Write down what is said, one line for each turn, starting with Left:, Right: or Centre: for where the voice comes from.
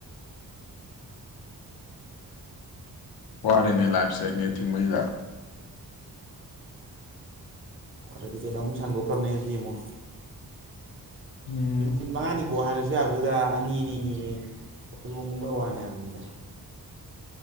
Left: ꯋꯥꯔꯦꯅꯦ ꯂꯥꯞꯏꯁꯦ ꯅꯦꯠ ꯊꯤꯡꯕꯁꯤꯗ
Right: ꯑꯗꯨꯗꯒꯤ ꯍꯦꯅ ꯁꯥꯡꯗꯣꯛꯈꯔꯥꯃꯤ ꯉꯁꯤ ꯑꯃꯨꯛ
Left: ꯎꯝ
Right: ꯅꯨꯃꯤꯠ ꯃꯉꯥꯅꯤ ꯀꯣꯛ ꯍꯥꯌꯔꯁꯨ ꯌꯥꯕꯗꯨꯗꯥ ꯑꯅꯤ ꯑꯅꯤ ꯅꯦꯌꯦ ꯍꯧꯔꯣꯟꯒꯨꯝꯕꯩ ꯋꯥꯅꯤꯗ ꯍꯥꯏꯕꯅꯤꯗ